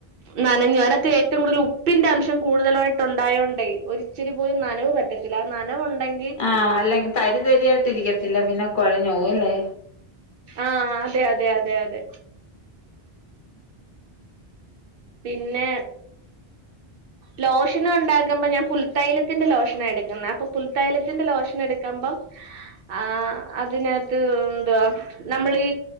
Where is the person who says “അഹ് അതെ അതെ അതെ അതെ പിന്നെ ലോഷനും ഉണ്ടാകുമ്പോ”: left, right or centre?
Right